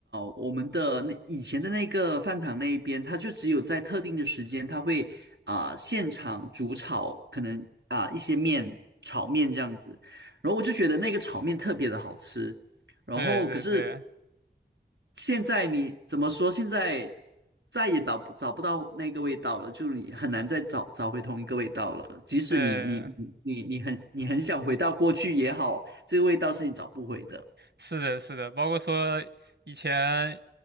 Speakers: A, on the right; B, on the right.
A: 我们的那以前的那个饭堂那一边，它就只有在特定的时间，它会啊、现场煮炒，可能啊、一些面炒面这样子。然后我就觉得那个炒面特别的好吃。然后可是
B: 对对对
A: 现在你怎么说？现在再也找不找不到那个味道了，就是你很难再找找回同一个味道了。即使你你你你很你很想回到过去也好，
B: 对，
A: 这个味道是你找不回的。
B: 是的，是的，包括说以前